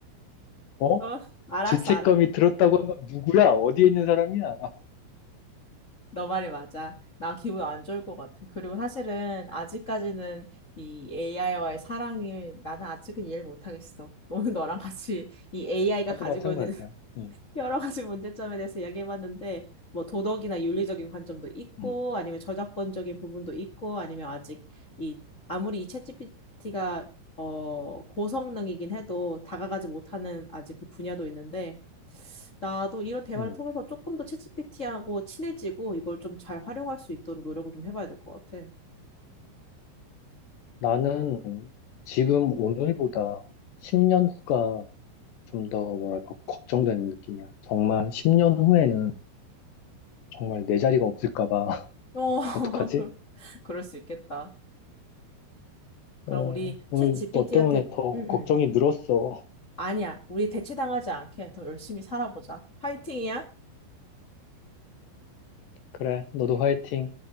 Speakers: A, on the left; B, on the left.
A: 어?
B: 너, 알았어,
A: 죄책감이
B: 알았어.
A: 들었다고 한 건 누구야? 어디에 있는 사람이야?
B: 너 말이 맞아. 나 기분 안 좋을 것 같아. 그리고 사실은 아직까지는 이 AI와의 사랑을 나는 아직은 이해를 못하겠어. 너는 너랑 같이 이 AI가
A: 나도
B: 가지고
A: 마찬가지야.
B: 있는
A: 응,
B: 여러 가지 <laughs> 문제점에 대해서 이야기해봤는데, 뭐 도덕이나 윤리적인 관점도 있고,
A: 응,
B: 아니면 저작권적인 부분도 있고, 아니면 아직 이, 아무리 이 챗GPT가 어, 고성능이긴 해도 다가가지 못하는 아직 그 분야도 있는데, 나도 이런 대화를
A: 응.
B: 통해서 조금 더 챗GPT하고 친해지고 이걸 좀 잘 활용할 수 있도록 노력을 좀 해봐야 될 것 같아.
A: 나는 지금 오늘보다 10년 후가 좀 더 뭐랄까, 걱정되는 느낌이야. 정말 10년 후에는 정말 내 자리가 없을까 봐. <laughs>
B: 어, <laughs>
A: 어떡하지?
B: 그럴 그럴 수 있겠다. 그럼
A: 어,
B: 우리
A: 오늘
B: 챗 GPT한테,
A: 너 때문에 더
B: 응,
A: 걱정이
B: 응.
A: 늘었어.
B: 아니야. 우리 대체당하지 않게 더 열심히 살아보자. 파이팅이야.
A: 그래, 너도 화이팅.